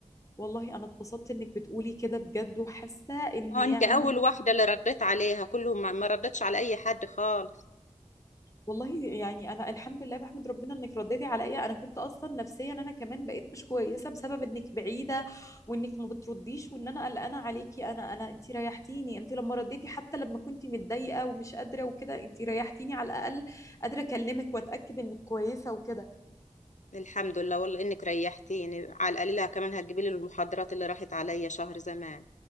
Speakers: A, on the left; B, on the left.
A: والله انا اتبسطت انك بتقولي كده بجد وحاسه ان
B: اه
A: يعني
B: انت اول واحدة اللي رديت عليها كلهم ما ما ردتش على اي حد خالص
A: والله يعني انا الحمد لله بحمد ربنا انك رديتي عليا انا كنت اصلا نفسيا انا كمان بقيت مش كويسه بسبب انك بعيده وانك ما بترديش وان انا قلقانه عليكي انا انا انت ريحتيني انت لما رديتي حتى لما كنت متضايقه ومش قادره وكده انت ريحتيني على الاقل قادره اكلمك واتاكد انك كويسه وكده
B: الحمد لله والله انك ريحتيني على القليلة كمان هتجيبي لي المحاضرات اللي راحت عليا شهر زمان